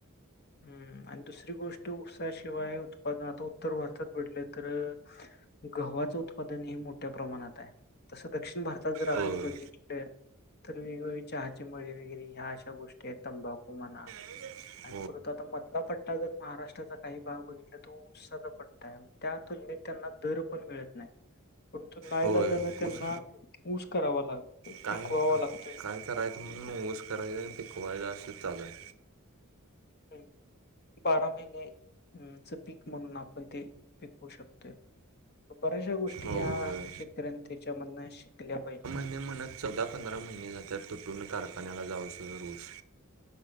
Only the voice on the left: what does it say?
हं. आणि दुसरी गोष्ट ऊसाशिवाय उत्पादनात, उत्तर भारतात भीडले तर गव्हाचं उत्पादन हे मोठ्या प्रमाणात आहे. तसं दक्षिण भारतात जर आपण
बघितलं तर वेगवेगळी चहाचे मळे वैगरे ह्या अश्या गोष्टी हायत तंबाखू म्हणा
आणि परत आता मधला पट्टा जर महाराष्ट्राचा काही भाग बघितला तो ऊसाचा पट्टा हाय. त्या तुलनेत त्यांना दर पण मिळत नाय. परंतु नाइलाजानं
त्यांना
ऊस करावा लागतोय,
पिकवावा लागतोय.
हम बारा महिने हम्म पीक म्हणून आपण ते पीकऊ शकतोय. बऱ्याचशा गोष्टी
या शेतकऱ्यांनी त्याच्यामधनं शिकल्या पाहिजेत.